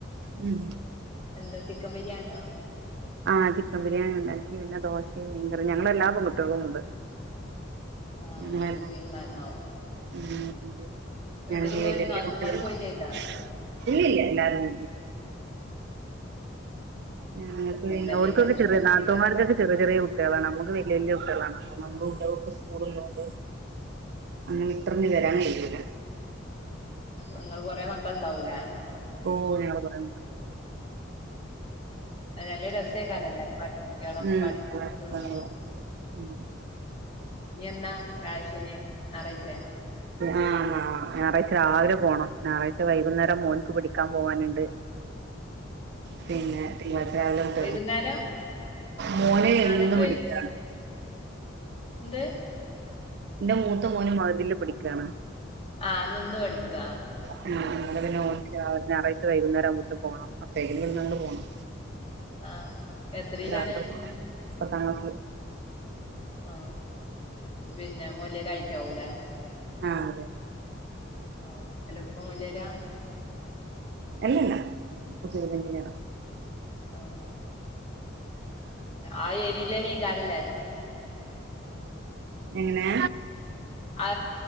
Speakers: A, on the right; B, on the left.
A: ഉം
B: എന്താ ചിക്കൻ ബിരിയാണിയാ
A: ആഹ ചിക്കൻ ബിരിയാണി ഉണ്ടാക്കി പിന്നെ ദോശയും മീൻകറിയ ഞങ്ങള എല്ലാ പെൺകുട്ടികളും ഉണ്ട്
B: ആഹ്
A: ഉല്ല
B: വീട്ടിക്ക് വിരുന്നാന്നാവും
A: ഉ <inaudible>
B: വീട്ടിലുള്ളോല്
A: ഞങ്ങള് വല്യ
B: നാത്തൂമാര്
A: കുട്ടികളുംഇല്ലല്ല
B: പോയിം ചെയ്താ
A: എല്ലാരും
B: ഉം.
A: ആ പിന്നെ
B: കൂടലേക്കാരം
A: അവർക്കൊക്കെ
B: നല്ല
A: ചെറിയ
B: രസേക്കാരം
A: നാത്തൂന്മാർക്കൊക്കെ ചെറിയ ചെറിയ കുട്ടികളാണ് നമുക്ക് വലിയ വലിയ കുട്ടികളണ് നമുടെ കുട്ടികൾക്ക് സ്കൂൾ ള്ളത് കൊണ്ട് അങ്ങനെഇട്ടെറിഞ്ഞ വരാൻ കഴിയുല്ല
B: നിങ്ങൾ കൊറെ മക്കൾ ഇണ്ടാവൂലേ
A: ഓ ഞങ്ങൾ കൊറെ മക്കളുണ്ട്
B: അത് നല്ല രസേക്കാരം എല്ലാരും പാടെ കുട്ടികളൊക്കെ
A: ഉം
B: പാടെ കൂടുമ്പോ
A: ആ ഉം
B: എന്താ കാഴ്ശന് നി റയിച്ചേ <unintelligible>
A: ആഹ ആ ഞായറാഴ്ച രാവിലെ പോകണം ഞായറാഴ്ച വൈകുന്നേരം മോൻക്ക് പടിക്കാൻ പോവാനുണ്ട്
B: <inaudible>
A: പിന്നെ തിങ്കളഴ്ച രാവിലെട്ട
B: വൈകുന്നേരം
A: മോലെ
B: ആറരക്ക്
A: ഒും പിടിക്കാണ്
B: എന്ത്
A: എന്റെ മൂത്ത മോനും മഹദില് പടിക്കയാണ്
B: ആഹ നിന്ന് പഠിക്ക
A: ഉ അങ്ങെ പിന്നെ ഓ ഞായറാഴ്ച വൈകുന്നേം ആകുമ്പോത്തേ പോണം അപ്പേ വിട്ന്നങ്ങ് പോകണം
B: ആ എത്രയിലാണ്
A: അത് പത്താം ക്ലാസ്ില്
B: ആഹ പിന്നെ മുയല രായി ട്ടാവൂലേ
A: ആ അതെ
B: ആ വലപ്പ മുയലാരാ
A: അല്ലല്ല കുസബ ഇഞ്ചി നിയറ <unintelligible>
B: ആഹ ആ ഏരിയയിലേന്നെക്കാനല്ലേ
A: എങ്ങനെ
B: ആ